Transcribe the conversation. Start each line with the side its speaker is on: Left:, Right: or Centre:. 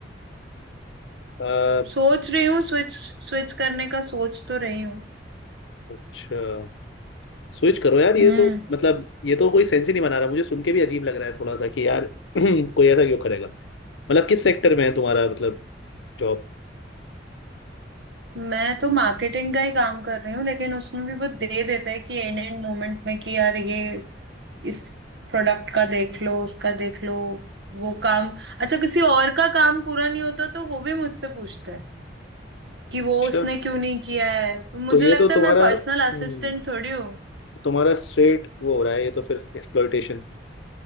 Left: अ,
Right: सोच रही हूँ स्विच स्विच करने का सोच तो रही हूँ
Left: अच्छा स्विच करो यार
Right: हम्म
Left: ये तो मतलब ये तो कोई सेंस ही नहीं बना रहा मुझे सुन के भी अजीब लग रहा है थोड़ा सा कि यार <clears throat> कोई ऐसा क्यों करेगा मतलब किस सेक्टर में है तुम्हारा मतलब जॉब
Right: मैं तो मार्केटिंग का ही काम कर रही हूँ लेकिन उसमें भी वो दे देता है कि एंड एंड मोमेंट में कि यार ये इस प्रोडक्ट का देख लो उसका देख लो वो काम अच्छा किसी और का काम पूरा नहीं होता तो वो भी मुझसे पूछता है कि वो
Left: अच्छा
Right: उसने क्यों नहीं किया है तो मुझे
Left: तो ये
Right: लगता
Left: तो तुम्हारा
Right: है मैं पर्सनल
Left: हम्म,
Right: असिस्टेंट थोड़ी हूँ
Left: तुम्हारा स्ट्रेट वो हो रहा है ये तो फिर एक्सप्लॉयटेशन